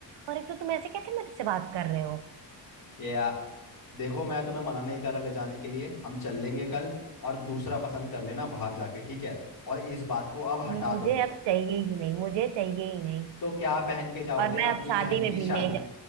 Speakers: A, on the right (about 75°); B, on the left (about 55°).
A: और एक तो तुम ऐसे कैसे मेरे से बात कर रहे हो
B: ये आ, देखो मैं तुम्हें मना नहीं कर रहा ले जाने के लिए हम चल लेंगे कल और दूसरा पसंद कर लेना बाहर जाके ठीक है और इस बात को अब हटा
A: मुझे
B: दो
A: अब चाहिए ही नहीं मुझे चाहिए ही नहीं
B: तो क्या पहन के जाओगे
A: और मैं अब
B: अपनी
A: शादी
B: बहन
A: में
B: की
A: भी
B: शादी
A: नहीं जा